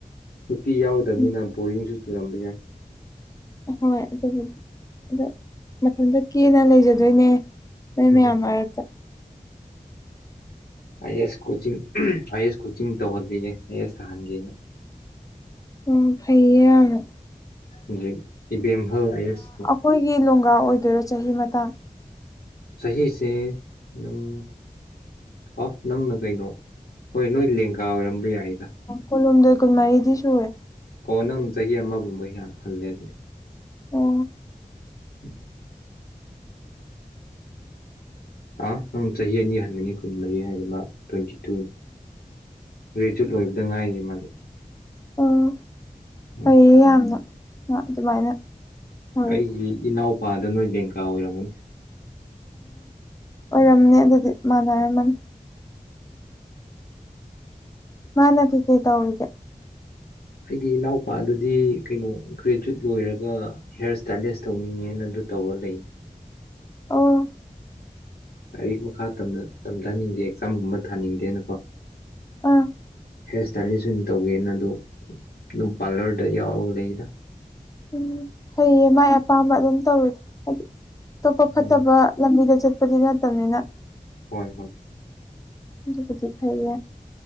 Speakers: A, on the left (about 85°); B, on the left (about 20°).
A: ꯅꯨꯄꯤ ꯌꯥꯎꯗꯃꯤꯅ
B: ꯎꯝ
A: ꯕꯣꯔꯤꯡꯁꯨ ꯆꯨꯔꯝꯕ ꯌꯥꯏ
B: ꯍꯣꯏ ꯑꯗꯨꯕꯨꯗꯤ ꯑꯗꯣ ꯃꯊꯟꯇ ꯀꯦꯅ ꯂꯩꯖꯗꯣꯏꯅꯦ ꯅꯣꯏ
A: ꯎꯝ
B: ꯃꯌꯥꯝ ꯃꯔꯛꯇ
A: ꯑꯏꯌꯦꯁ ꯀꯣꯆꯤꯡ ꯑꯏꯌꯦꯁ ꯀꯣꯆꯤꯡ ꯇꯧꯍꯜꯂꯤꯌꯦ ꯑꯏꯌꯦꯁ ꯊꯥꯍꯟꯒꯦꯅ
B: ꯑꯣ ꯐꯩꯌꯦ ꯌꯥꯝꯅꯥ
A: ꯍꯧꯖꯤꯛ ꯏꯕꯦꯝꯍꯜ ꯑꯏꯌꯦꯁꯇꯣ
B: ꯑꯩꯈꯣꯏꯒꯤ ꯂꯣꯡꯒꯥ ꯑꯣꯏꯗꯣꯏꯔꯣ ꯆꯍꯤ ꯃꯇꯥꯡ
A: ꯆꯍꯤꯁꯦ ꯑꯗꯨꯝ ꯑ ꯅꯪꯅ ꯀꯩꯅꯣ ꯍꯣꯏ ꯅꯣꯏ ꯂꯦꯡꯒꯥ ꯑꯣꯏꯔꯝꯕ ꯌꯥꯏꯗ
B: ꯀꯨꯜꯍꯨꯝꯗꯣꯏ ꯀꯨꯟꯃꯔꯤꯗꯤ ꯁꯨꯔꯦ
A: ꯑꯣ ꯅꯪ ꯆꯍꯤ ꯑꯃꯒꯨꯝꯕ ꯍꯅ ꯍꯜꯂꯦ ꯑꯗꯨꯗꯤ
B: ꯑꯣ
A: <unintelligible> ꯑ ꯅꯪ ꯆꯍꯤ ꯑꯅꯤ ꯍꯟꯒꯅꯤ ꯀꯨꯟ ꯃꯔꯤ ꯍꯥꯏꯗꯤ ꯃꯥ ꯇ꯭ꯋꯦꯟꯇꯤ ꯇꯨꯅꯤ ꯒ꯭ꯔꯦꯖꯨꯏꯠ ꯂꯣꯏꯕꯗ ꯉꯥꯏꯔꯤꯌꯦ ꯃꯥꯗꯤ
B: ꯑꯣ
A: <unintelligible>
B: ꯐꯩꯌꯦ ꯌꯥꯝꯅ ꯑꯗꯨꯃꯥꯏꯅ ꯇꯧꯔꯤꯗꯣ
A: ꯑꯩꯒꯤ ꯏꯅꯥꯎꯄꯥꯗ ꯅꯣꯏ ꯂꯦꯡꯀꯥ ꯑꯣꯏꯔꯝꯃꯅꯤ
B: ꯑꯣꯏꯔꯝꯃꯅꯤ
A: ꯎꯝ
B: ꯑꯗꯨꯗꯤ ꯃꯥꯟꯅꯔꯝꯃꯅꯤ ꯃꯥꯅ ꯀꯩꯀꯩ ꯇꯧꯔꯤꯒꯦ
A: ꯑꯩꯒꯤ ꯏꯅꯥꯎꯄꯥ ꯑꯗꯨꯗꯤ ꯀꯩꯅꯣ ꯒ꯭ꯔꯦꯖꯨꯋꯠ ꯂꯣꯏꯔꯒ ꯍꯦꯌꯔ ꯁ꯭ꯇꯥꯏꯂꯤꯁ ꯇꯧꯅꯤꯡꯉꯦꯅ ꯑꯗꯨ ꯇꯧꯔꯥ ꯂꯩ
B: ꯑꯣ
A: ꯂꯥꯏꯔꯤꯛ ꯃꯈꯥ ꯇꯝꯊꯅꯤꯡꯗꯦ ꯑꯦꯛꯖꯥꯝꯒꯨꯝꯕ ꯊꯥꯅꯤꯡꯗꯦꯅꯀꯣ
B: ꯑ
A: ꯍꯤꯌꯔ ꯏꯁ꯭ꯇꯥꯏꯂꯤꯁ ꯑꯣꯏꯅ ꯇꯧꯒꯦꯅ ꯑꯗꯨ ꯑꯗꯨꯝ ꯄꯥꯔꯂꯔꯗ ꯌꯥꯎꯔꯒ ꯂꯩꯗ
B: ꯎꯝ ꯐꯩꯌꯦ ꯃꯥꯏ ꯑꯄꯥꯝꯕ ꯑꯗꯨꯝ ꯇꯧꯔꯤꯗꯣ ꯐꯩ ꯑꯇꯣꯞꯄ ꯐꯠꯇꯕ
A: ꯎꯝ
B: ꯂꯝꯕꯤꯗ ꯆꯠ ꯄꯗꯤ ꯅꯠꯇꯝꯅꯤꯅ
A: ꯍꯣꯏ ꯍꯣꯏ
B: ꯑꯗꯨꯕꯨꯗꯤ ꯐꯩ